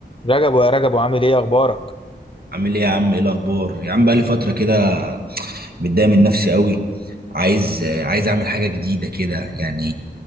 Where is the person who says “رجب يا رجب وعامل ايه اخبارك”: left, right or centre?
Left